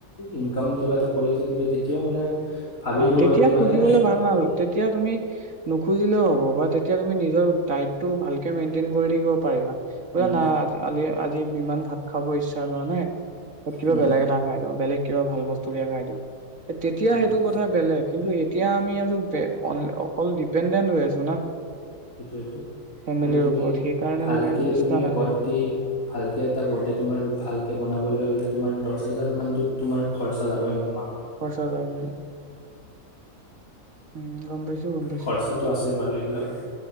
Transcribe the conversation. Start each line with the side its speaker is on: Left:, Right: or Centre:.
Left: ইনকাম কিবা এটা কৰি থাকিলো তেতিয়াও মানে ভাবিলোঁ
Right: অ তেতিয়া
Left: হয় কি মানে
Right: খুজিবলে ভাল ন হ'ল তেতিয়া তুমি নুখুজিলেও হ'ব বা তেতিয়া তুমি নিজৰ ডাইটটো ভালকে মেইনটেইন কৰি থাকিব পাৰিবা তই
Left: উম,
Right: নাই আলি আজি আজি তুমি ইমান ভাত খাব ইচ্ছা কৰানে। ত কিবা
Left: উম,
Right: বেলেগ এটা খাই দিওঁ বেলেগ। কিবা ভাল বস্তু ব খাই দিওঁ তেতিয়া
Left: অঁ
Right: সেইটো কথা বেলেগ কিন্তু এতিয়া আমি আৰু অকল ডিপেণ্ডেণ্ট হৈ আছো না
Left: সেইটোবে টো
Right: ফেমিলিৰ
Left: কি তুমি
Right: ওপৰত সেইকাৰণে
Left: ভালকে
Right: মানে ইচ্ছা
Left: তুমি
Right: নাযায়
Left: বডি ভালকে এটা বডি তোমাৰ ভালকে বনাবলৈ হলে। তোমাৰ দহ হাজাৰ মানতত তোমাৰ খৰচা যাবই মাহ
Right: ফচা যাব উম গম পাইছো গম পাইছো
Left: খৰচটো আছে বাৰু এইবিলাক